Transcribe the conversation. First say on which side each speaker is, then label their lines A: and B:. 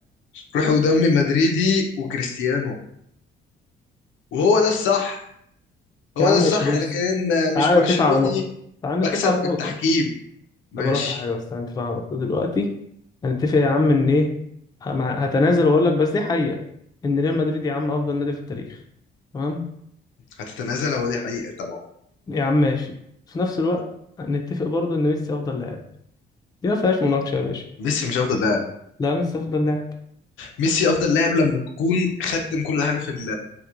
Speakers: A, on the left; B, on the left.
A: روحي ودمي مدريدي وكريستيانو وهو ده الصح هو
B: يا عم
A: ده
B: ماشي
A: الصح
B: بص
A: لكن
B: تعال
A: مش برشلوني
B: نتفق على نقطه تعال نتفق
A: بكسب
B: على نقطه
A: بالتحكيم ماشي
B: طب اقول لك على حاجه بس تعال نتفق على نقطه دلوقتي هنتفق يا عم ان ايه ه- مع- هتنازل واقول لك بس دي حقيقه ان ريال مدريد يا عم افضل نادي في التاريخ تمام
A: هتتنازل هو دي حقيقه طبعا
B: يا عم ماشي في نفس الوقت نتفق برضه ان ميسي افضل لاعب دي ما فيهاش مناقشه يا باشا
A: ميسي مش افضل لاعب
B: لا ميسي افضل لاعب
A: ميسي افضل لاعب لما تكون ختم كل حاجه في ال-